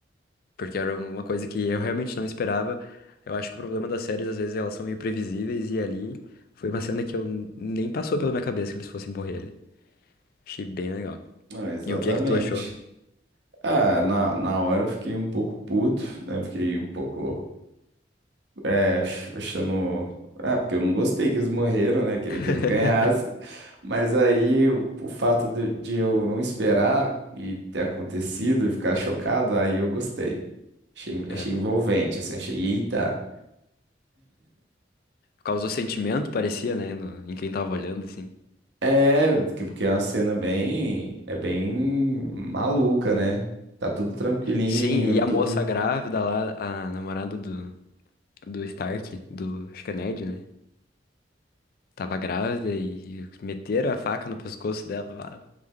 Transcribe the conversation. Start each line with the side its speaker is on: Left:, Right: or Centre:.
Left: Porque era uma coisa que eu realmente não esperava. Eu acho que o problema das séries, às vezes, elas são meio previsíveis, e ali foi uma cena que eu n- nem passou pela minha cabeça que eles fossem morrer ali. Achei bem legal.
Right: Não, exatamente.
Left: E o que que tu achou?
Right: Ah, na, na hora eu fiquei um pouco puto, né? Fiquei um pouco, é, ach- achando... Ah, porque eu não gostei que eles morreram, né? Queria
Left: <laughs>
Right: que eles ganhassem. Mas aí, o, o fato de, de eu não esperar e ter acontecido e ficar chocado, aí eu gostei. Achei,
Left: É,
Right: achei envolvente, assim, achei, eita.
Left: causou sentimento, parecia, né, no- em quem tava olhando, assim.
Right: É, que- porque é uma cena bem, é bem maluca, né? Tá tudo tranquilinho,
Left: Sim, e a
Right: tudo.
Left: moça grávida lá, a namorada do, do Stark, do, acho que é Ned, né? Tava grávida e meteram a faca no pescoço dela, lá.